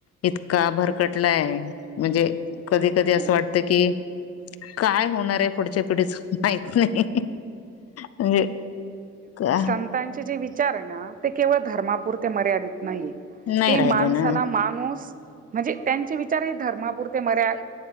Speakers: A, on the left; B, on the right.
A: इतका भरकटलाय म्हणजे कधी कधी
B: खूप
A: असं वाटत
B: खूप
A: की काय होणाराय पुढच्या पिढीच माहीत नाही. म्हणजे का-
B: संतांचे जे विचार आहे ना ते केवळ धर्मापुरते मर्यादित नाहीेए
A: नाही
B: ते
A: राहिले
B: माणसाला
A: ना
B: माणूस म्हणजे त्यांचे विचारही हे धर्मापुरते मर्या